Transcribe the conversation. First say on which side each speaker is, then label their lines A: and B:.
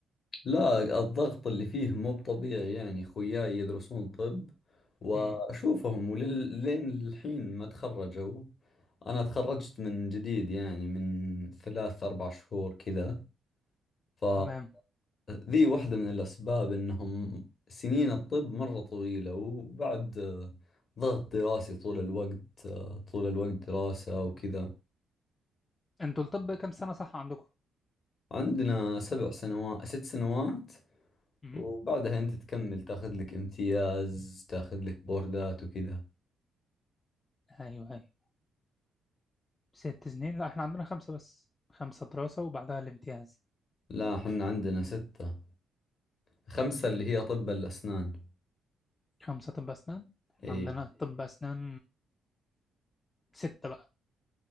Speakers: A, on the left; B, on the left.
A: لا الضغط اللي فيه مو بطبيعي يعني خوياي يدرسون طب واشوفهم
B: امم
A: ولين الحين ما تخرجوا انا تخرجت من جديد يعني من ثلاث اربع شهور كذا ف
B: تمام
A: ذي واحدة من الأسباب إنهم سنين الطب مرة طويلة وبعد آه، ضغط دراسي طول الوقت آه، طول الوقت دراسة وكذا
B: انتوا الطب كام سنة صح عندكم
A: عندنا سبع سنوات ست سنوات
B: امم
A: وبعدها أنت تكمل تاخذ لك امتياز تاخذ لك بوردات وكذا
B: ايوه ايوه ست سنين لا احنا عندنا خمسة بس خمسة دراسة وبعدها الامتياز
A: لا حنا عندنا ستة خمسة اللي هي طب الأسنان
B: خمسة طب أسنان إحنا
A: إي
B: عندنا طب أسنان ستة بقى